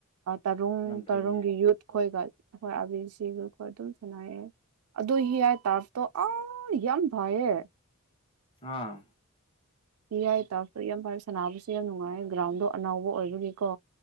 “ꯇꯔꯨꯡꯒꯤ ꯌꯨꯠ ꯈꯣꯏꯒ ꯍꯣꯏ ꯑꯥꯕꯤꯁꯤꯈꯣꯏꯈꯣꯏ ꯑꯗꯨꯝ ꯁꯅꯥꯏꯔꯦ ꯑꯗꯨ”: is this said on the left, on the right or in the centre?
Right